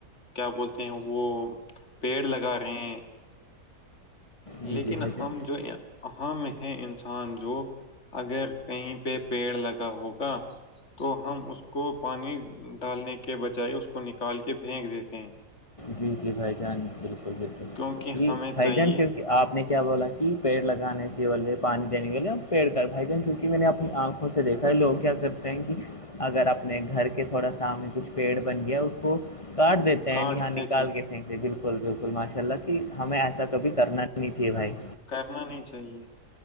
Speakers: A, on the left; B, on the left.
A: کیا بولتے ہیں وہ پیڑ لگا رہے ہیں?
B: جی
A: لیکن
B: جی بھائی جان
A: ہم جو یہ ام ہے انسان جو اگر کہیں پہ پیڑ لگا ہوگا- تو ہم اس کو پانی ڈالنے کے بجائے اس کو نکال کے پھینک دیتے ہیں-
B: جی- جی بھائی جان بالکل- بالکل
A: کیونکہ
B: جی
A: ہمیں چاہیے
B: بھائی جان کی آپ نے کیا بولا کہ پیڑ لگانے کے بولے پانی دینے کےولے اور پیڑ کا بھائی جن کی- میں نے اپنی آنکھوں سے دیکھا ہے لوگ کیا کرتے ہیں کہ- اگر اپنے گھر کے تھوڑا سامنے کچھ پیڑ بن گیا اس کو کاٹ دیتے-
A: کاڈتے
B: ہیں یہاں نکال کے تھینک بالکل- بالکل ماشاء اللہ کہ ہمیں ایسا کب کرنا نہیںاہے بھائی-
A: کرنا نہیں چاہیے-